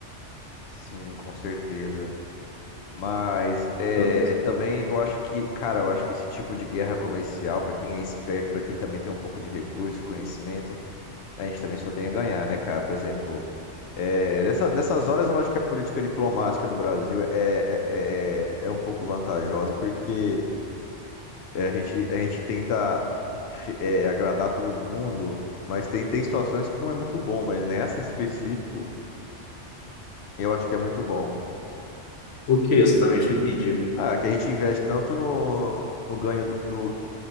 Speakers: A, on the left (about 65°); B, on the left (about 80°).
A: Sim, com certeza. Mas é,
B: Eu-
A: também eu acho que, cara, eu acho que esse tipo de guerra comercial, pra quem é esperto, pra quem também tem um pouco de recurso e conhecimento, a gente também só tem a ganhar, né, cara? Por exemplo, é, nessa- nessas horas eu acho que a política diplomática do Brasil é, é, é, é um pouco vantajosa, porque é, a gente, a gente tenta fi- é, agradar todo mundo, mas tem, tem situações que não é muito bom, mas nessa em específico eu acho que é muito bom.
B: o que exatamente? Não entendi.
A: Ah, que a gente investe tanto no, no ganho do, do